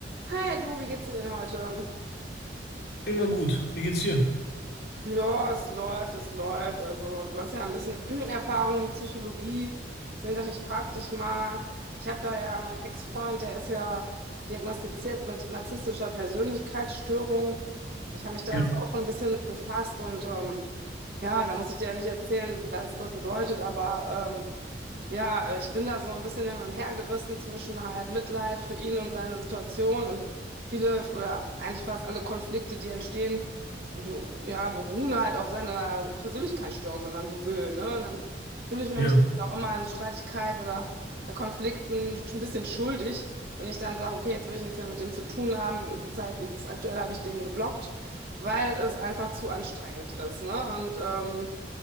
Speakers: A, on the right (about 60°); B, on the left (about 70°).
A: Hi du, wie geht's dir denn heute?
B: Immer gut. Wie geht's dir?
A: Ja, es läuft, es läuft. Also, du hast ja ein bisschen <clears throat> Erfahrung mit Psychologie. Deswegen dachte ich, frag dich mal. Ich habe da ja meinen Ex-Freund, der ist ja diagnostiziert mit narzisstischer Persönlichkeitsstörung. Und ich habe mich da
B: Ja,
A: jetzt auch schon ein bisschen mit befasst. Und ähm, ja, da muss ich dir ja nicht erzählen, was das bedeutet. Aber ähm, Ja, äh, ich bin da so ein bisschen hin und her gerissen zwischen halt Mitleid für ihn und seine Situation und viele oder eigentlich fast alle Konflikte, die entstehen, be- ja, beruhen halt auf seiner Persönlichkeitsstörung, wenn man so will, ne? Und dann fühle ich mich
B: ja,
A: auch immer in Streitigkeiten oder bei Konflikten schon ein bisschen schuldig, wenn ich dann sage, okay, jetzt will ich nichts mehr mit dem zu tun haben. Zeit, jetzt aktuell habe ich den geblockt, weil es einfach zu anstrengend ist, ne? Und ähm,